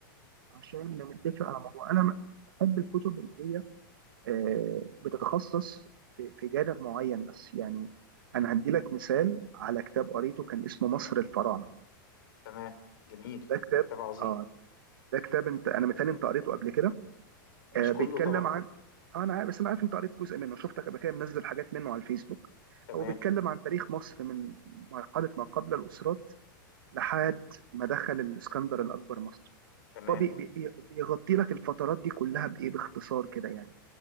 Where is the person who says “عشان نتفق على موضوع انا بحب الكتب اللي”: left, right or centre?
Right